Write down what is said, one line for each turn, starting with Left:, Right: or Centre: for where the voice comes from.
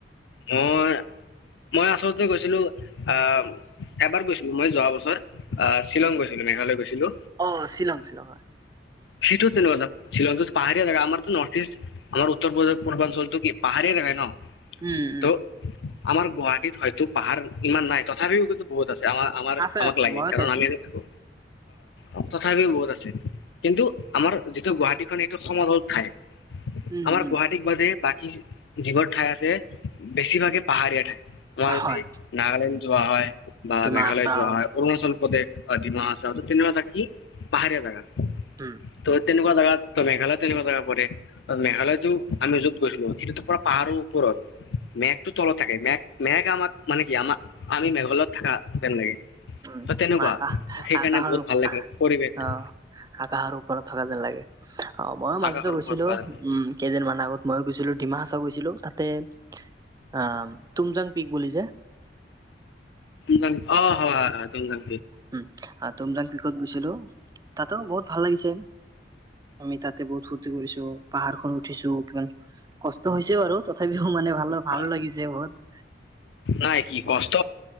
Left: মই মই আচলতে গৈছিলো আম এবাৰ গৈছিলো মই যোৱা বছৰ আহ শ্বিলং গৈছিলো মেঘালয় গৈছিলো
Right: অ শ্বিলং শ্বিলং হয়
Left: সিটো তেনেকুৱা‌ জাগা শ্বিলংটো পাহাৰীয়া জাগা আমাৰতো নৰ্থ ইষ্ট আমাৰ উত্তৰ প্ৰদেশ পূৰ্বাঞ্চলটো কি পাহাৰীয়া জাগাই ন
Right: উম উম
Left: ত আমাৰ গুৱাহাটীত হয়তো পাহাৰ ইমান নাই তথাপিও কিন্তু বহুত আছে আমাৰ আমাৰ
Right: আছে
Left: আমাক
Right: আছে
Left: লাগে
Right: ময়ো
Left: কাৰণ
Right: চাইছো
Left: আমি ইয়াতে থাকো অ তথাপিও বহুত আছে কিন্তু আমাৰ যিটো গুৱাহাটীখন এইটো সমতল ঠাই
Right: উম
Left: আমাৰ
Right: উম
Left: গুৱাহাটীক‌ বাদেই বাকী যিবোৰ ঠাই আছে বেছিভাগে পাহাৰীয়া ঠাই আমাৰ যদি
Right: হয়
Left: নাগালেণ্ড যোৱা হয়, বা
Right: ডিমা
Left: মেঘালয়
Right: হাচাও
Left: যোৱা হয়। অৰুণাচল প্ৰদেশ, ডিমা হাছাও তেনেকুৱা জেগাকৈ পাহাৰীয়া জেগা।
Right: উম।
Left: তো তেনেকুৱা জেগাতো মেঘালয়ো তেনেকা জেগা পৰে মেঘালয়তো আমি য'ত গৈছিলোঁ সেইটোটো পুৰা পাহাৰৰ ওপৰত। মেঘটো তলত থাকে মেঘ মেঘ আমাক মানে কি আমাৰ আমি মেঘালয়ত থাকা যেন লাগে।
Right: উম
Left: ত' তেনেকুৱা
Right: আকাশ
Left: সেইকাৰণে
Right: আকাশৰ
Left: বহুত ভাল লাগে পৰিৱেশটো।
Right: আহ আকাশৰ ওপৰত থকা যেন লাগে অ', ময়ো মাজতেই
Left: আকাশৰ
Right: গৈছিলোঁ,
Left: ওপৰত থকা যেন
Right: উম। কেইদিনমান আগত মইও গৈছিলোঁ ডিমা হাছাও গৈছিলোঁ, তাতে উম, টুমজাং পীক বুলি যে।
Left: টুমজাং, অ', হয়, হয়, হয়, টুমজাং।
Right: উম, তুমজাং পীকত গৈছিলোঁ তাতো বহুত ভাল লাগিছে। আমি তাতে বহুত ফূৰ্তি কৰিছোঁ, পাহাৰখন উঠিছোঁ কিমান কষ্ট হৈছে বাৰু, তথাপিও মানে ভাল
Left: হয়
Right: ভালো লাগিছে বহুত।
Left: নাই কি কষ্ট,